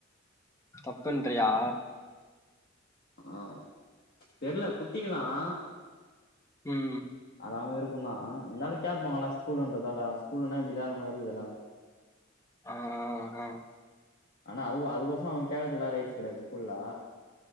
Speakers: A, on the left; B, on the left.
A: தப்புன்றியா
B: ஆஹ் தெரல குத்திகலாம்
A: உம்
B: அவன் விருப்பதா இருந்தாலு கேபாங்களா ஸ்கூல்ன்றதால ஸ்கூல்னா இப்டிதானு இருகுதுல
A: ஆஹ் ஆஹ்
B: ஆனா அது அதுக் கோசம் அவன் கேக்றதுகுலா ரைட்ஸ் கிடையாது ஸ்கூல்ல